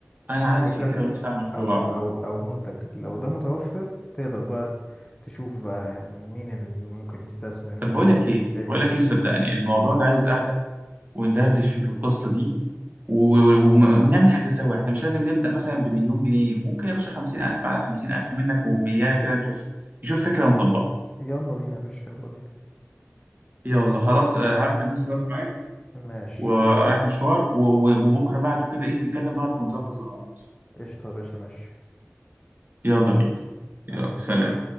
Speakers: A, on the left (about 20°); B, on the right (about 40°).
A: محتاج
B: انا عايز
A: فكره
B: فكرة ونفسي اعمل مشروع
A: او او او منتج لو ده متوفر تقدر بقى تشوف بقى يعني مين اللي ممكن يستثمر
B: طب
A: ممكن
B: بقول لك ايه
A: يساهم
B: بقول لك ايه صدقني الموضوع ده عايز قعده وندردش فيه في القصه دي و... و...
A: مشكلة
B: ونعمل حاجه سوا احنا مش لازم نبدا مثلا بمليون جنيه ممكن يا باشا 50000 على 50000 منك ومياه كده نشوف نشوف فكره ونطبقها
A: يلا بينا يا باشا يلا بينا
B: يلا خلاص آه، هقفل بس دلوقتي معاك
A: ماشي
B: ورايح مشوار و... و... وبكره بعده كده ايه نتكلم بعض ونظبط ونقعد
A: قشطة يا باشا ماشي
B: يلا بينا
A: سلام
B: يلا سلام